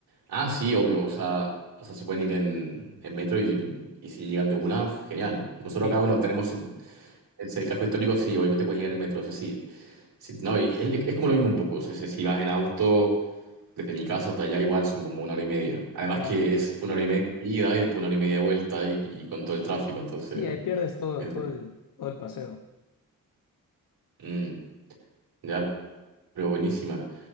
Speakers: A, on the right; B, on the left.
A: Ah, sí, obvio. O sea, o sea, si pueden ir en, en metro y, y si llegan de una, genial. Nosotros
B: Sí,
A: acá, bueno, tenemos el, el casco histórico, sí, obviamente puedes llegar en metro. O sea, sí. sí, no, y es, es como lo mismo un poco. O sea, si si vas en auto, desde mi casa hasta allá, igual son como una hora y media. Además
B: claro.
A: que es una hora y media de ida y después una hora y media de vuelta y, y con todo el tráfico. Entonces,
B: Sí, ahí pierdes todo,
A: es-
B: todo el, todo el paseo.
A: mm, ya, pero buenísima.